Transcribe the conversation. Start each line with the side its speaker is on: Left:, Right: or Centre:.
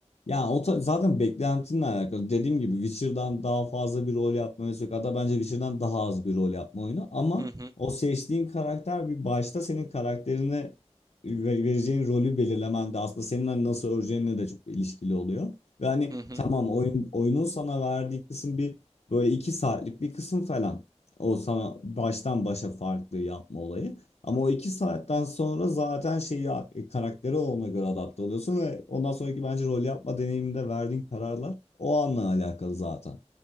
Left: Ya o ta- zaten beklentinle alakalı. Dediğim gibi Witcher'dan daha fazla bir rol yapma oyunu yok. Hatta bence Witcher'dan daha az bir rol yapma oyunu. Ama
Right: Hı hı
Left: o seçtiğin karakter bir başta senin karakterine ve- vereceğin rolü belirlemen de aslında senin hani nasıl öreceğinle de çok ilişkili oluyor. Ve hani
Right: hı hı.
Left: tamam oyun, oyunun sana verdiği kısım bir böyle iki saatlik bir kısım falan. O sana baştan başa farklı yapma olayı. Ama o iki saatten sonra zaten şeyi e, karakteri ona göre adapte oluyorsun ve ondan sonraki bence rol yapma deneyiminde verdiğin kararlar o anla alakalı zaten.